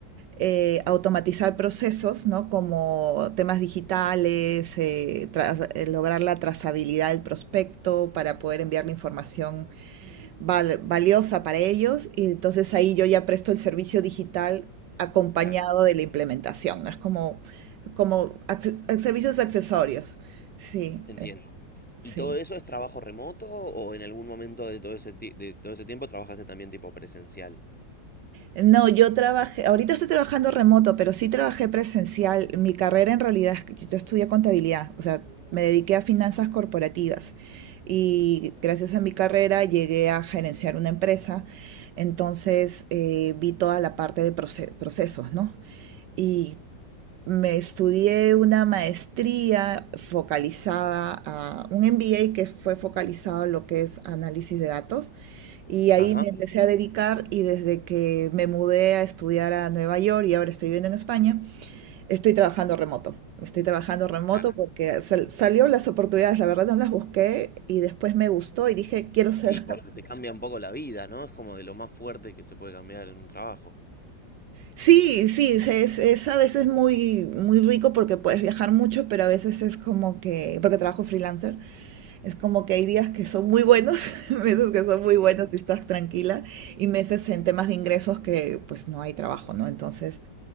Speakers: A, on the right; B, in the centre.
A: eh, automatizar procesos, ¿no? Como temas digitales, eh, tras- eh, lograr la trazabilidad del prospecto para poder enviar la información val- valiosa para ellos y entonces ahí yo ya presto el servicio digital acompañado
B: claro,
A: de la implementación, ¿no? Es como, como acce- servicios accesorios. Sí,
B: Sí, entiendo.
A: eh, sí.
B: ¿Y todo eso es sí. trabajo remoto o en algún momento de todo ese, ti- de todo ese tiempo trabajaste también tipo presencial?
A: No, yo trabajé, ahorita estoy trabajando remoto, pero sí trabajé presencial. Mi carrera en realidad, es que yo estudié contabilidad, o sea, me dediqué a finanzas corporativas y gracias a mi carrera llegué a gerenciar una empresa, entonces eh, vi toda la parte de proce- procesos, ¿no? Y Me estudié una maestría focalizada a un MBA que fue focalizado a lo que es análisis de datos y ahí
B: Ajá,
A: me empecé a dedicar y desde que me mudé a estudiar a Nueva York y ahora estoy viviendo en España, estoy trabajando remoto. Estoy trabajando remoto
B: claro.
A: porque sal- salió las oportunidades, la verdad no las busqué y después me gustó y dije, quiero ser.
B: Sí, porque creo
A: <laughs>
B: te cambia un poco la vida, ¿no? Es como de lo más fuerte que se puede cambiar en un trabajo.
A: Sí, sí, se- es, es a veces muy, muy rico porque puedes viajar mucho, pero a veces es como que, porque trabajo freelancer. Es como que hay días que son muy buenos, <laughs> meses que son muy
B: Sí.
A: buenos y estás tranquila, y meses en temas de ingresos que pues no hay trabajo, ¿no? Entonces